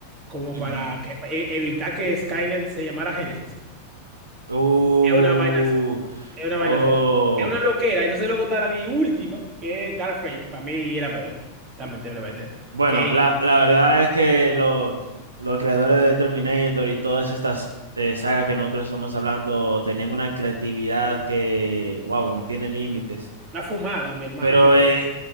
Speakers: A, on the right (about 25°); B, on the right (about 75°).
A: como
B: Ujú.
A: para que- e- evitar que Skynet se llamara Génesis.
B: Uh,
A: Es una vaina, es una vaina,
B: oh.
A: es una loquera. Entonces luego está la di- última, que es Dark Fate, para mí era peor, también te lo prometo.
B: Bueno,
A: Que
B: la, la verdad es que lo- los creadores de Terminator y todas estas eh, sagas que nosotros estamos hablando tenían una creatividad que, wow, no tiene límites.
A: una fumada, mi hermano,
B: Pero
A: que
B: eh,